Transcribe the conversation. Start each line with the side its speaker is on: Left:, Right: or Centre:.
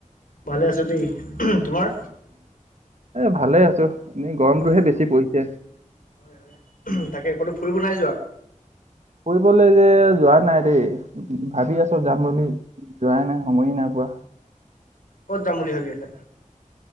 Left: ভালে আছো দেই তোমাৰ
Right: এ ভালে আছো এনেই গৰমটোহে
Left: অ
Right: বেছি পৰিছে
Left: হয় হয় তাকে ক'তো ফুৰিব নাই যোৱা
Right: কৰিবলৈ যে যোৱা নাই দেই ভাবি আছো যাম বুলি যোৱাই নাই সময় নাই পোৱা
Left: ক'ত যাম বুলি ভাবি আছা?